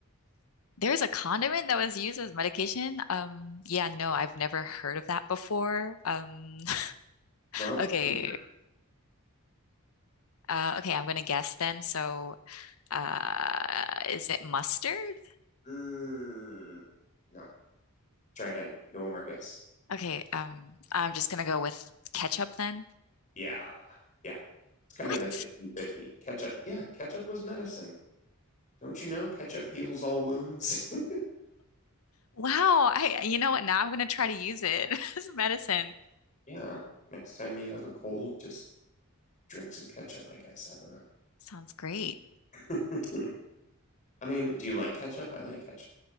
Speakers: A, on the left (about 70°); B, on the left (about 35°).
A: There's a condiment that was used as medication. Um, yeah, no, I've never heard of that before. Um, <laughs>
B: Well,
A: okay.
B: can
A: Uh, okay, I'm gonna guess then. So, uh, is it mustard?
B: Mm, no. Try again. You go one more guess.
A: Okay, um, I'm just gonna go with ketchup then.
B: Yeah. Yeah. It's kind
A: What?
B: of a fifty-fifty. Ketchup. Yeah, ketchup was medicine. Don't you know ketchup heals all wounds? <laughs>
A: Wow, I you know what? Now I'm gonna try to use it <laughs> as a medicine.
B: Yeah. Next time you have a cold, just drink some ketchup, I guess. I don't
A: Sounds great.
B: know. <laughs> I mean, do you like ketchup? I like ketchup.